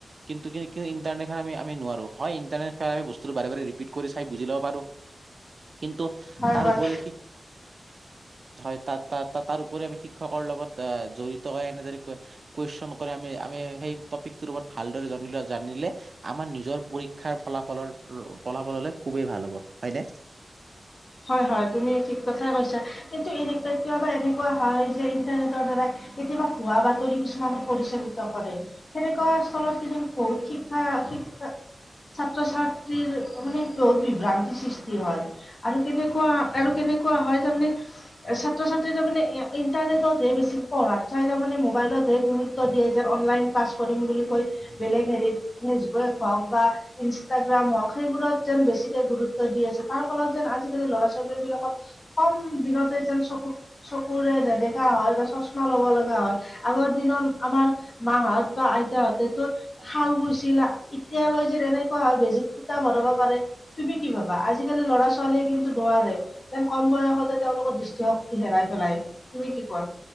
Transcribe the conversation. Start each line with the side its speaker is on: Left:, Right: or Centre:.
Right: কিন্তু কি কি ইটাৰনেট খ আমি আমি নোৱাৰো। হয় ইণ্টাৰনেট খা আমি বস <unintelligible> বাৰে বাৰে ৰিপিট চাই বুজি ল'ব পাৰো। কিন্তু
Left: হয়
Right: তাৰ
Left: হয়
Right: উপৰি সি, হয় তাত তা-তাৰ উপৰি আমি শিক্ষকৰ লগত অ, জড়িত হৈ এনেদৰে কোৱেচন কৰে আমি আমি সেই টপিকটোৰ ওপৰত ভালদৰে জনিলে জানিলে, আমাৰ নিজৰ পৰি শিক্ষাৰ ফলাফলৰ ৰ' ফলাফললে খুবেই ভাল হ'ব। হয়নে?
Left: হয় হয় তুমি ঠিক কথাই কৈছা। কিন্তু এনে কেতিয়াবা এনেকুৱা হয় যে ইণ্টাৰনেটৰ দ্বাৰা কেতিয়াবা হোৱা বাতৰি কিছুমানো পৰিচালিত কৰে। সেনেকুৱা স্থলত কিজন বহুত শিক্ষা শিক্ষ ছাত্ৰ ছাত্ৰীৰ মানে বহুত বিভ্ৰান্তিৰ সৃষ্টি হয়। আৰু কেনেকুৱা আৰু কেনেকুৱা হয় তাৰমানে ছাত্ৰ ছাত্ৰীৰ তাৰ মানে এ, ইণ্টাৰনেটতহে বেছি পঢ়াত চাই তাৰ মানে মোবাইলতহে গুৰুত্ব দিয়ে যে অনলাইন ক্লাছ কৰিম বুলি কৈ বেলেগ হেৰিত, ফেচবুক হওক বা ইনষ্টাগ্ৰাম হওক সেই বোৰত যেন বেছিকে গুৰুত্ব দি আছে, তাৰ ফলত। যেন, আজিকালি ল'ৰা ছোৱালী বিলাকত কম দিনতে যেন চকুত চকুৰে নেদেখা হয়, বা। চচমা ল'ব লগা হয়। আগৰ দিনত, আমাৰ মাঁহত বা আইতাহঁতেতো শাল বুই। <unintelligible> এতিয়ালৈ যে, <unintelligible> বেজিত সুতা ভৰাব পাৰে। তুমি কি ভাবা? আজিকালি ল'ৰা ছোৱা। ছোৱালীয়ে কিন্তু, নোৱাৰে। যেন কম বয়সতে তেওঁলোকৰ দৃষ্টিশক্তি হেৰাই পেলাই। তুমি কি কোৱা?